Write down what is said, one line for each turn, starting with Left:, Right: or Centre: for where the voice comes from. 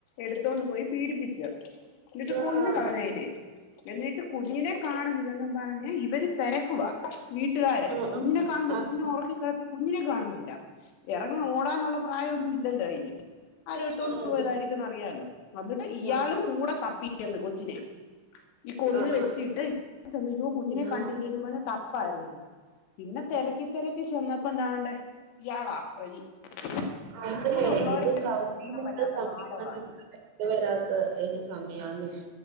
Left: എടു ത്തോണ്ടു പോയി പീഡിപ്പിച്ച്, എന്നിട്ട് കൊന്നു
Right: ആഹ്
Left: കളഞ്ഞതിനെ, എന്നിട്ട് കുഞ്ഞിനെ കാണുന്നില്ലന്നും പറഞ്ഞ് ഇവര് തെരക്കുവാ വീട്ടുകാര്,
Right: ആ
Left: കുഞ്ഞിനെ
Right: ആ
Left: കാണുനില്ല
Right: ആ
Left: കുഞ്ഞിനെ ഒറക്കിക്കെടത്തി കുഞ്ഞിനെ കാണുന്നില്ല, എറങ്ങി ഓടാനുള്ള പ്രായംഒന്നും ഇല്ലല്ലോ അതിന്, ആരും എടുത്തോണ്ട്
Right: ആ
Left: <unintelligible> പോയതായിരിക്കൂന്ന്
Right: ഇത്
Left: അറിയാലോ? അന്നിട്ട് ഇയാളും
Right: ആ
Left: കൂടെ തപ്പി. ന്ന് കൊച്ചിനെ ഈ കൊന്നു
Right: ആ
Left: വെച്ചിട്ട്
Right: ആ
Left: യ്യോ കുഞ്ഞിനെ
Right: ഞാ
Left: കണ്ടില്ലേന്ന് പറഞ്ഞ് തപ്പായിരുന്നെന്ന് പിന്നെ തെരക്കി തെര ചെന്നപ്പ ദാണ്ടെ ഇയാളാ പ്രതി.
Right: അതെ
Left: കൂടെ ഉള്ളവരെ
Right: ഇത് സൗദീല്
Left: വിശ്വസിക്കാൻ
Right: <unintelligible>
Left: പറ്റാത്ത കാലമാണ്
Right: വെരാത്ത <unintelligible> സമയാന്നിത്